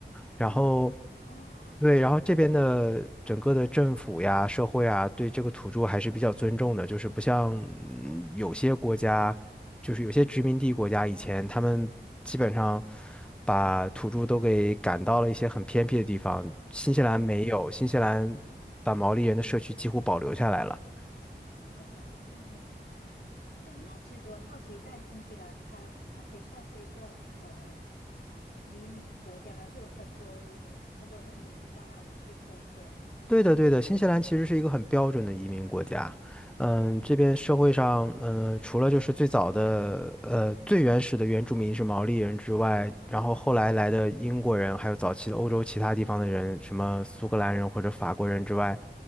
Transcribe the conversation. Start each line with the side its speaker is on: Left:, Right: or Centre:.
Centre: 然后
Left: 哦
Centre: 对，然后这边的整个的政府呀、社会啊，对这个土著还是比较尊重的，就是不像嗯有些国家，就是有些殖民地国家以前他们基本上把土著都给赶到了一些很偏僻的地方，新西兰没有，
Left: 哦，明白明白。
Centre: 新西兰把毛利人的社区几乎保留下来了。
Left: 哦，哎，那其实我很好奇，在新西兰它，它可以算是一个呃移民国家吗？就有很多移民，很多人会移民到那里去生活。
Centre: 对的，对的，新西兰其实是一个很标准的移民国家。嗯，
Left: 哦，
Centre: 这边社会上，嗯，除了就是最早的，呃，最原始的原住民是毛利人之外，然后后来来的英国人，还有早期的欧洲其他地方的人，什么苏格兰人或者法国人之外，